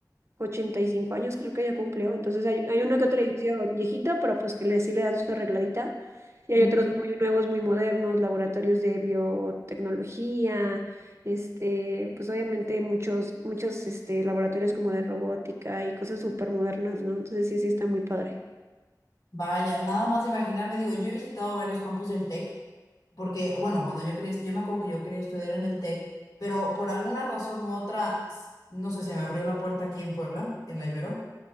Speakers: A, on the right; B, on the left.
A: 85 años creo que ya cumplió. Entonces hay, hay uno que otro edificio viejito, pero pues que le, sí le dan su arregladita. Y hay
B: ujú.
A: otros muy nuevos, muy modernos, laboratorios de biotecnología, este, pues obviamente muchos, muchos este, laboratorios como de robótica y cosas súper modernas, ¿no? Entonces sí, sí está muy padre.
B: Vaya, nada más de imaginarme, digo, yo he visitado varios campus del TEC Porque, bueno, cuando yo quería, est- yo me acuerdo que yo quería estudiar en el TEC, pero por alguna razón u otra, s- no sé, se me abrió la puerta aquí en Puebla, en la Ibero,